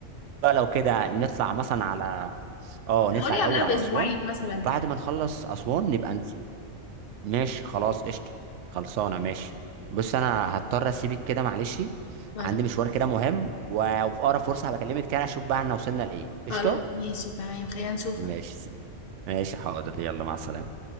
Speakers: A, on the right (about 75°); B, on the left (about 60°).
A: بقى لو كده نطلع مثلا على اه نطلع
B: هقولي
A: الاول
B: قبلها باسبوعين
A: على اسوان
B: مثلا
A: وبعد
B: كده
A: ما نخلص اسوان نبقى نس- ماشي خلاص قشطه خلصانه ماشي بص انا هضطر اسيبك كده معلش
B: خلاص
A: عندي مشوار كده مهم و- وفي اقرب فرصه هبكلمك تاني اشوف بقى احنا وصلنا لايه قشطه
B: خلاص ماشي تمام خلينا نشوف
A: ماشي ماشي حاضر يلا مع السلامه